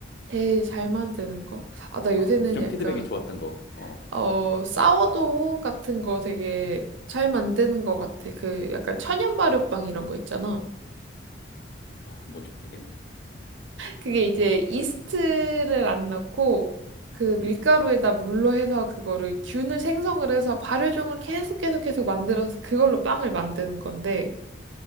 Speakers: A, on the right (about 80°); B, on the left (about 55°).
A: 제일 잘 만드는 거. 아 나 요새는
B: 어좀
A: 약간
B: 피드백이 좋았던 거어
A: 어, 사워도 같은 거 되게 잘 만드는 것 같아. 그 약간 천연 발효빵 이런 거 있잖아.
B: 아, 그 뭔지 모르겠네
A: 그게 이제 이스트를 안 넣고 그
B: 음
A: 밀가루에다 물로 해서 그거를 균을 생성을 해서 발효종을 계속 계속 계속 만들어서 그걸로 빵을 만드는 건데.